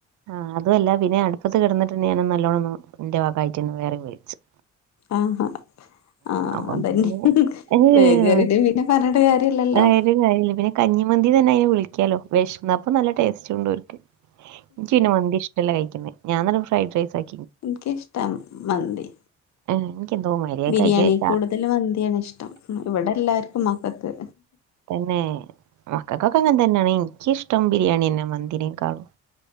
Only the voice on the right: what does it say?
ആ അതുയല്ല പിന്നെ അടുപ്പത്ത് കെടന്നിട്ട്ണ്ടങ്കി ഞാനൊന്ന് നല്ലോണൊന്ന് ന്റെ ഭഗയി <unintelligible> ട്ട്ന്ന് വേറേം വേയ്ച്ചും
അപ്പം
പിന്നെ
ഏഹ്,
ആ, ഒരു കാര്യല്ല. പിന്നെ കഞ്ഞിമന്തി തന്നെ അയിനെ വിളിക്കലോ വിശന്നപ്പൊ നല്ല ടേസ്റ്റ്ണ്ട് ഓല്ക്ക് എനിക്ക് പിന്നെ മന്തി ഇഷ്ടല്ല കഴിക്ക്‌ന്നെ ഞാന് തന്നെ ഫ്രൈഡ്രൈസ് ആക്കി
ഏഹ് എനിക്കെന്തോ മാതിരി. അത്
കഴിക്കാൻ വെച്ചാ
തന്നേ മക്കക്കൊക്കെ അങ്ങെൻ തന്നേണ്. എനിക്കിഷ്ടം ബിരിയാണിന്നെ മന്തീനെക്കാളും